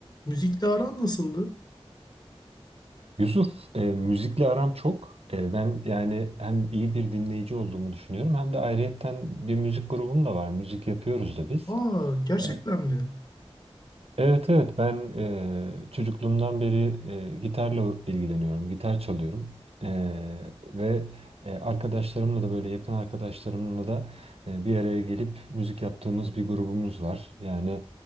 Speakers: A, on the left; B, on the right.
A: Müzikle aran nasıldı?
B: Yusuf, e, müzikle aram çok. E, ben yani hem iyi bir dinleyici olduğumu düşünüyorum hem de ayrıyetten bir müzik grubum da var. Müzik yapıyoruz da biz.
A: Aa, gerçekten
B: E,
A: mi?
B: evet evet ben e, çocukluğumdan beri e, gitarla ilgileniyorum, gitar çalıyorum. E, ve e, arkadaşlarımla da böyle yakın arkadaşlarımla da e, bir araya gelip müzik yaptığımız bir grubumuz var. Yani